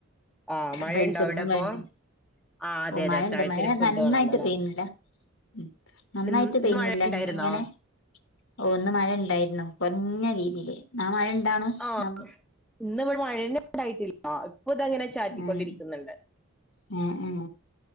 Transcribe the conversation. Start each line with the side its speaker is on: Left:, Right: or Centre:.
Centre: ആ മഴയുണ്ടോ
Left: പലിച്ച
Centre: അവിടെ
Left: പോവും
Centre: അപ്പൊ
Left: വേണ്ടേ
Centre: ആ അതെ
Left: ഓ
Centre: അതെ
Left: മഴുണ്ട്
Centre: അത്താഴത്തിന്
Left: മഴ
Centre: ഫുഡ്
Left: നന്നായിട്ട്
Centre: വേണല്ലോ അല്ലെ
Left: പെയ്യുന്നില്ല ഉ നന്നായിട്ട്
Centre: ഇന്ന് ഇന്ന്
Left: പെയ്യുന്നില്ല
Centre: മഴ ഉണ്ടായിരുന്നോ
Left: ഇങ്ങനെ ഓ ഒന്ന് മഴുണ്ടായി പറഞ്ഞ രീതിൽ ന മഴ ഇണ്ടാണും
Centre: ആഹ്
Left: ന്നാ
Centre: ഇന്ന് ഇവിടെ മഴ ഉണ്ടായിട്ടില്ല ഇപ്പൊ ഇതങ്ങനെ ചാറ്റിക്കൊണ്ടിരിക്കുന്നുണ്ട്
Left: ഏഹ് ഉം ഉം